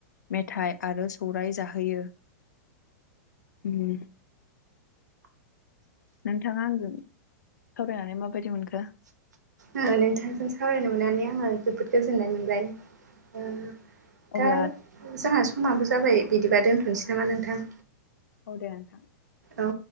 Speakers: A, on the left; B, on the right.
A: मेथाइ आरो सौराय जाहोयो। ओम नोंथाङा आंजों सावरायनानै माबायदि मोनखो?
B: नोंथांजों सावरायनो मोननानै आङो जोबोद गोजोननाय मोनबाय।
A: अब्ला
B: दा जोंहा समाबो जाबाय बिदिबा दोनथ'नोसै नामा नोंथां।
A: औ दे नोंथां।
B: औ